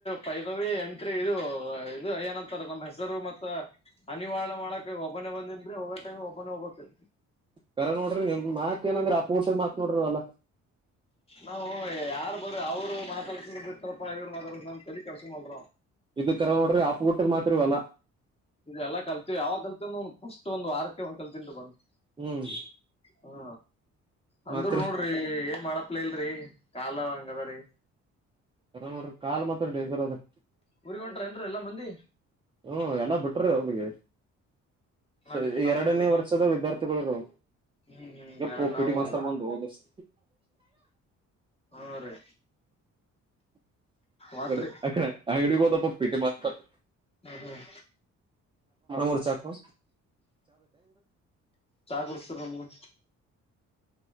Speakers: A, on the left; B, on the right.
A: ಪೈದವಿ ಎಂಟ್ರಿ ಇದು ಇದು ಏನಂತಾರೆ ನಮ್ಮ್ ಹೆಸರು ಮತ್ತ ಅನಿವಾರ್ಯ ಮಾಡಕ ಓಪನ್ ಬಂದ್ರೆ ವರ್ ಟೈಮ್ ಓಪನ್ ಹೋಗ್ಬೇಕ
B: ಕರ ನೋಡ್ರಿ ನಿಮ್ ಮಾತ್ ಏನಂದ್ರ ಅಪ ಹರ್ಸದ ಮಾತ್ ನೋಡ್ರಿವಲ್ಲಾ
A: ನಾವು ಯಾರು ಬಂದು ಅವ್ರು ಮಾತಾಡ್ಕೊಂಡ್ ಬಿತಪ್ಪಾ ಇವ್ ಮಾತಡ್ತನ ಅಂತ ಕರ್ಸಕೋಲ್ರ್
B: ಇದ ಕರ ನೋಡ್ರಿ ಹಪ್ ಬಿಟ್ಟದ ಮಾತ್ರಿವಲ್ಲ
A: ಇದೆಲ್ಲ ಕಲ್ತವಿ ಯಾವಾಗ ಕಲ್ತವಂದ ಒ ಫಸ್ಟ್ ಒಂದು ವಾರಕ್ಕೆ ಒ ಕಲ್ತಿಂಟು ಬಂದಿ
B: ಹ್ಮ್
A: ಹ್ಮ ಅಂದ್ರ
B: ಮತ್ರಿ
A: ನೋಡ್ರಿ ಏ ಮಾಡಪ್ಲ ಇಲ್ರರಿ ಕಾಲ ಹಂಗದ ರೀ
B: ರ ನೋಡ್ರಿ ಕಾಲ್ ಮಾತ್ರ ಡೇಂಜರ್ ಅದ್ರ
A: ಊರಿಗ್ ಹೊಂಟ್ರೇನ್ರಿ ಎಲ್ಲಾ ಮಂದಿ
B: ಹ್ಮ ಎಲ್ಲ ಬಿಟ್ರೀ ಅವಳಿಗೆ ಸರಿ
A: ನಡಿತ್ ನಮಗ್
B: ಎರಡನೇ
A: ಬಿಡ್
B: ವರ್ಷದ ವಿದ್ಯಾರ್ಥಿಗಳುರ
A: ಹ್ಮ್ ಹ್ಮ್
B: ಗಪ್ಪ ಪಿಟಿ
A: ನಾವು
B: ಬಸ್ತ ಬಂದು ಹದಷ್ಟ
A: ಹಾ ರೀ ಮಾತ್ರಿ
B: ಅಡೆ ಅಡೆ ಅಂಗಡಿಗ ಹೋದಪ್ಪ ಪೇಟಿ ಮಾಡ್ತಾರೆ
A: ಹ್ಮ್ ಹ್ಮ್
B: ಮರ್ಚ ಆಕು
A: ಚಾ ಕುಡ್ಸ್ತಾರೆ ನಮ್ಗೆ